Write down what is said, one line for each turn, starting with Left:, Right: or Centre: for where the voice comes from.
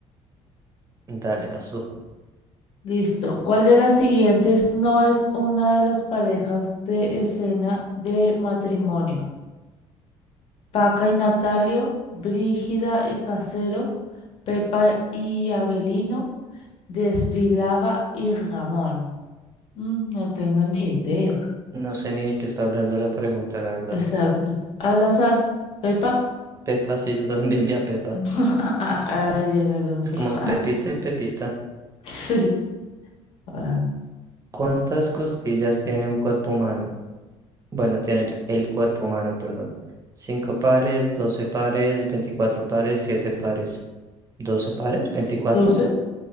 Right: dale, vas tú.
Left: Listo. ¿Cuál de las siguientes no es una de las parejas de escena de matrimonio? Paca y Natalio, Brígida y Casero, Pepa y Abelino, Desvilaba y Ramón. Mm, no tengo ni idea.
Right: No sé ni de qué está hablando la pregunta, la verdad.
Left: Exacto. Al azar, Pepa.
Right: Pepa, sí, <laughs> yo también vi a Pepa.
Left: <laughs> Ay, era el otro.
Right: Es como
Left: <laughs>
Right: Pepita y Pepita.
Left: Sí. Ah,
Right: ¿Cuántas costillas tiene un cuerpo humano? Bueno, tiene el, el cuerpo humano, perdón. ¿Cinco pares, 12 pares, 24 pares, siete pares. doce pares? veinticuatro,
Left: 12.